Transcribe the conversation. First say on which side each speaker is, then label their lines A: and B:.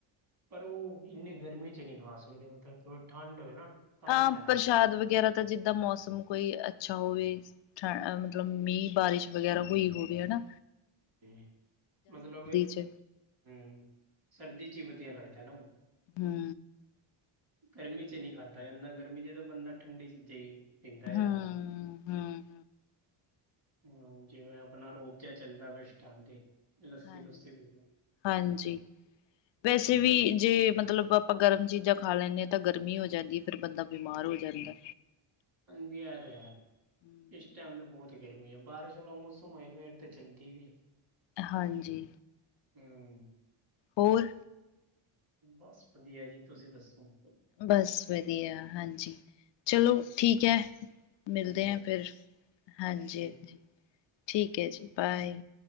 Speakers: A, on the right (about 45°); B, on the left (about 60°).
A: ਪਰ ਉਹ ਇੰਨੀ ਗਰਮੀ ਚ ਨਹੀਂ ਖਾ ਸਕਦੇ ਥੋੜੀ ਠੰਡ ਹੋਵੇ ਨਾ ਤਾਂ
B: ਹਾਂ
A: ਹੀ ਫਾਇਦਾ
B: ਪ੍ਰਸ਼ਾਦ ਵਗੈਰਾ ਤਾਂ ਜਿੱਦਾਂ ਮੌਸਮ ਕੋਈ ਅੱਛਾ ਹੋਵੇ। ਠ ਮਤਲਬ ਮੀਂਹ ਬਾਰਿਸ਼ ਵਗੈਰਾ ਹੋਈ ਹੋਵੇ ਹੈ ਨਾ
A: ਹੂੰ ਮਤਲਬ
B: ਚ
A: ਹੂੰ ਸਰਦੀ 'ਚ ਵਧੀਆ ਲੱਗਦਾ ਨਾ ਓ
B: ਹੂੰ
A: ਗਰਮੀ 'ਚ ਨਹੀ ਖਾਧਾ ਜਾਂਦਾ ਗਰਮੀ 'ਚ ਤਾਂ ਬੰਦਾ ਠੰਡੀ ਚੀਜਾਂ ਈ ਪੀਂਦਾ ਜ਼ਿਆਦਾ
B: ਹੂੰ ਹੂੰ
A: ਹੂੰ ਜਿਵੇਂ ਆਪਣਾ ਰੋਬ ਜਿਆ ਚੱਲਦਾ ਪਿਆ ਏਸ ਟੈਮ ਤੇ ਲੱਸੀ
B: ਹਾਂਜੀ-ਹਾਂਜੀ
A: ਲੁੱਸੀ ਪੀ ਲਓ
B: ਵੈਸੇ
A: ਹੂੰ
B: ਵੀ ਜੇ ਮਤਲਬ ਆਪਾਂ ਗਰਮ ਚੀਜ਼ਾਂ ਖਾ ਲੈਂਦੇ ਹਾਂ ਤਾਂ ਗਰਮੀ ਹੋ ਜਾਂਦੀ ਫੇਰ ਬੰਦਾ ਬਿਮਾਰ ਹੋ ਜਾਂਦਾ।
A: ਹਾਂਜੀ ਇਹ ਤੇ ਹੈ
B: ਹੂੰ
A: ਇਸ ਟਾਈਮ ਤੇ ਬਹੁਤ ਗਰਮੀ ਹੈ ਬਾਰਿਸ਼ ਵਾਲਾ ਮੌਸਮ ਹੈ ਫੇਰ ਤਾਂ ਚੱਲਦੀ ਵੀ
B: ਹਾਂਜੀ
A: ਹਮ
B: ਹੋਰ
A: ਬਸ ਵਧੀਆ ਜੀ ਤੁਸੀਂ ਦੱਸੋ
B: ਬਸ ਵਧੀਆ ਹਾਂਜੀ ਚਲੋ ਠੀਕ ਹੈ। ਮਿਲਦੇ
A: ਹਾਂਜੀ
B: ਹਾਂ ਫਿਰ ਹਾਂਜੀ
A: ਠੀਕ
B: ਹਾਂਜੀ ਠੀਕ ਹੈ ਜੀ ਬਾਏ